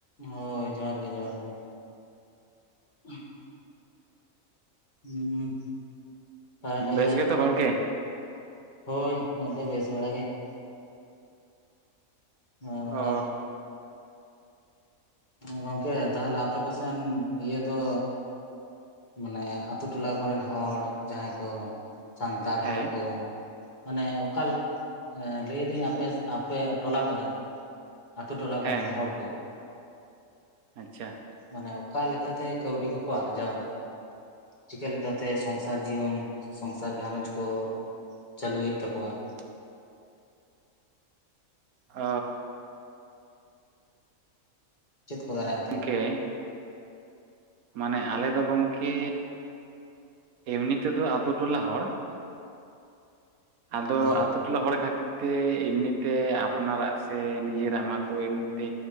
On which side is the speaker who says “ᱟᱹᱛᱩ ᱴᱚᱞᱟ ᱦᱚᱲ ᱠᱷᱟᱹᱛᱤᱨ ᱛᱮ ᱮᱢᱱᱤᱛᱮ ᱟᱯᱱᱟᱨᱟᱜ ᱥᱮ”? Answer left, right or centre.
Right